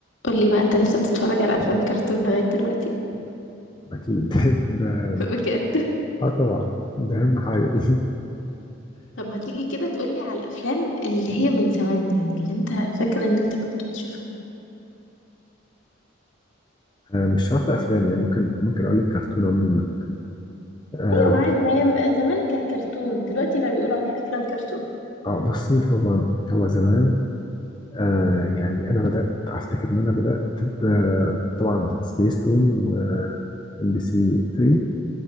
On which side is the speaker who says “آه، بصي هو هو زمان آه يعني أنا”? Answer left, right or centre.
Left